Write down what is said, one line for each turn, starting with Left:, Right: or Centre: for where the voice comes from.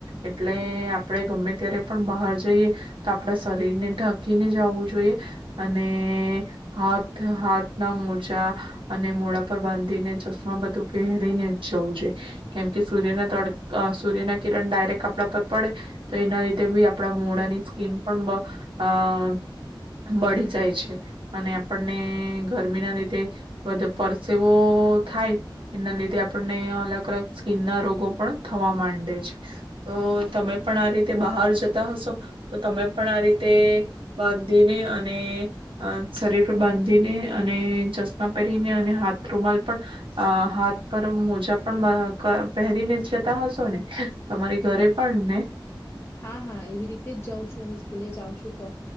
Right: એટલે આપણે ગમે ત્યારે પણ બહાર જઈએ તો આપણા શરીરને ઢાં કીને જવું જોઈએ. અને હાથ-હાથ ના મોજા અને મોડા પર બાંધીને, ચશ્મા બધું પહેરીને જ જવું જ જોઈ, કેમ કે સૂર્યના તડ અહ સૂર્યના કિરણ ડાયરેક્ટ આપણા પર પડે તો એના લીધે બી આપણા મોડાની સ્કીન પણ બ અહ બળી જાય છે. અને આપણને ગરમીના લીધે બધ પરસેવો થાય એના લીધે આપણને અલગ-અલગ સ્કીનના રોગો પણ થવા માંડે છે. તો તમે પણ આ રીતે બહાર જતા હશો તો તમે પણ આ રીતે બાંધીને, અને અહ શરીર પર બાંધીને, અને ચશ્મા પહેરીને, અને હાથ રૂમાલ પણ અહ હાથ પર મોજા પણ બા ક પહેરીને જ જતા હશો ને? તમારી ઘરે પણ ને?
Left: હા, હા એવી રીતે જ જઉં છું હું, હું સ્કૂલે જાઉં છું તો.